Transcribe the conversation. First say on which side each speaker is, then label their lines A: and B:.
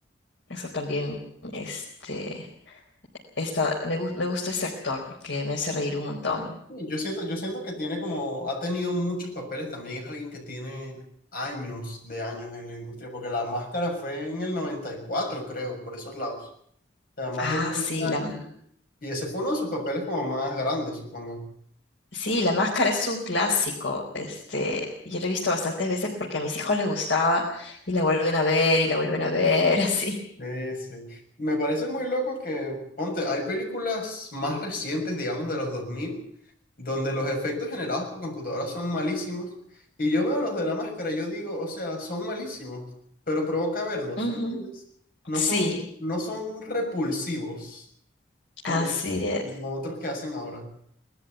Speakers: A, on the left; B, on the left.
A: Eso también, este, esta, me, gu- me gusta ese actor porque me hace reír un montón.
B: Sí, Yo siento, yo siento que tiene como, ha tenido muchos papeles también, es alguien que tiene años de años en la industria, porque la máscara fue en el 94 creo, por esos lados. O sea, más
A: Ah,
B: de 30
A: sí, la,
B: años.
A: m-
B: Y ese fue uno de sus papeles como más grandes, supongo.
A: sí, La Máscara es un clásico. Este, yo la he visto bastantes veces porque a mis hijos les gustaba y la vuelven a ver y la vuelven a ver, <laughs> así.
B: Sí, sí. Me parece muy loco que, ponte, hay películas más recientes, digamos, de los 2000 donde los efectos generados por computadoras son malísimos. Y yo veo los de la máscara, y yo digo, o sea, son malísimos, pero provoca verlos,
A: Ujú.
B: ¿entiendes? No
A: Sí,
B: son, no son repulsivos como,
A: así es.
B: como otros que hacen ahora.